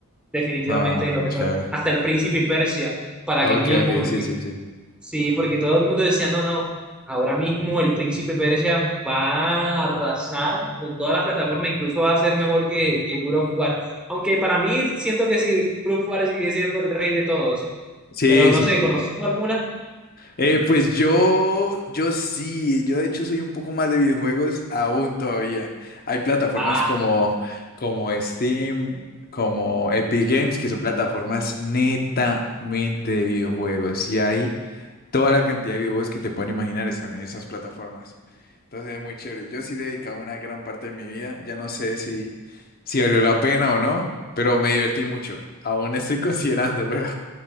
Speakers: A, in the centre; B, on the left.
A: definitivamente
B: No,
A: lo mejor.
B: chévere.
A: Hasta el Príncipe Persia, para
B: Ok,
A: aquel tiempo,
B: ok,
A: porque
B: sí, sí, sí.
A: Sí, porque todo el mundo decía, no, no, ahora mismo el príncipe Persia va a arrasar con todas las plataformas, incluso va a ser mejor que, que God of War. Aunque para mí siento que sí, God of War sigue siendo el rey de todos.
B: Sí,
A: Pero no
B: sí,
A: sé,
B: sí.
A: ¿conoces tú alguna?
B: Eh, pues yo, yo sí, yo de hecho soy un poco más de videojuegos aún todavía. Hay plataformas
A: Ah,
B: como, como Steam, como Epic Games, que son plataformas netamente de videojuegos. Y hay toda la cantidad de videojuegos que te pueden imaginar están en esas plataformas. Entonces es muy chévere. Yo sí he dedicado una gran parte de mi vida. Ya no sé si, si valió la pena o no, pero me divertí mucho. Aún estoy <laughs> considerando, pero...